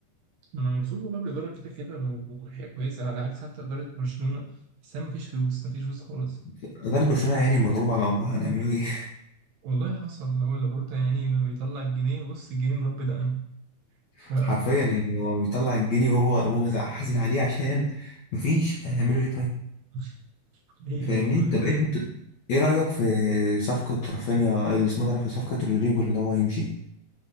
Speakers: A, on the right; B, on the left.
A: انا مبسوط والله بالاداره كده كده و- وهي كويسه على عكس حتى اداره برشلونه بس ما فيش فلوس ما فيش فلوس خالص
B: إدارة برشلونة يعني مغلوبة على أمرها هنعملوا إيه؟
A: والله حصل اللي هو لابورتا يعني بيطلع الجنيه بص الجنيه مربي دقن
B: <laughs>
A: ف
B: حرفيا يعني هو بيطلع الجنيه وهو هو زع- حزين عليه عشان مفيش هنعملوا إيه طيب؟
A: <laughs> ايه
B: فاهمني
A: والله
B: طب
A: اه
B: انت ايه رأيك في صفقة رافينيا اللي اسمه ده في صفقة رودريجو اللي هو هيمشي